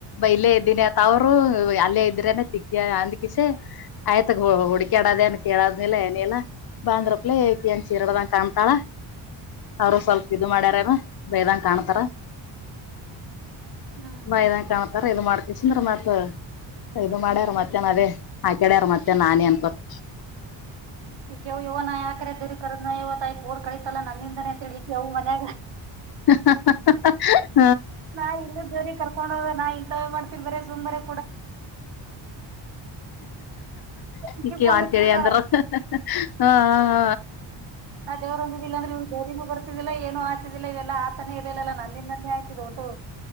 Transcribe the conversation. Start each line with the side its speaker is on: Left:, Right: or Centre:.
Left: ಇಲ್ಲೇ ಇದ್ದೀನಿ ಅತ್ತ ಅವರು ಅಲ್ಲೇ ಇದ್ರೇನೆ ತಿಕ್ಕ ಅಂದ ಕಿಸೆ ಹ <unintelligible> ಆಯ್ತಗ ಹುಡುಕಾಡದ ಏನ್ ಕೇಳದ್ನ ಏನಿಲ್ಲ ಬಂದ್ರಪ್ಲ ಏನ್ ಚೀರಡದ ಕಾಣ ತಾಳ ಅವರು
Right: ಹ್ಮ್
Left: ಸ್ವಲ್ಪ ಇದು ಮಾಡ್ಯಾರಾರ ಬೇದಂಗ ಕಾಣ್ತಾರ
Right: ಹ್ಮ್
Left: ನ ಇದದನ್ ಕಾಣ್ತಾರ ಇದು ಮಾಡ್ಕ <unintelligible> ಬಿಸಂದ ಮತ್ ಇದು ಮಾಡ್ಯಾರ್ ಮತ್ತೇನ್ ಅದೇ ಹಾಕ್ಯಾಡ್ಯಾರ ಮತ್ತೆ ನಾ ನೀ ಅನ್ಕೊಂತ
Right: ಈ ಕೆವು ಇವನ ನಾ ಯಾಕ್ ಅರಾ ಆಕರೆ ದರಿ ಕದ ನ ಇವ ನೋಡ ಕಳಿತಲ್ಲಾ ನಂದಿಂದಾನೆ ಅಂತ ಹೇಳತಿ ಅವವು ಮನ್ಯಾಗ
Left: <inaudible>
Right: ನಾ ಇಲ್ಲೂ ದೇವ್ರ ಕರ್ಕೊಂಡ ಹದ ನಾ ಇಂತವೇ ಮಾಡ್ತೀಬರೇ ಸುಮ್ಮ ಇರು ಈಕಿ
Left: ಇಕ್ಕ ಅಂತೇಳಿ
Right: ಹಚ್ಬಿಟ್ಟಾಳ.
Left: ಅಂದ್ರ ಹಾ ಹಾ
Right: ನಾ ದೇವ್ದಿದಿಲ್ಲ ಅ್ರ ಇವ್ ದೇವನೂ ಬರ್ತಿದಿಲ್ಲ ಏನು ಆತಿದಿಲ್ಲ ಇವೆಲ್ಲ ಆತನೇ ಇರಲಿಲ್ಲಲ್ಲ ನಂದಿಂದನೇ ಆಗಿ ಟ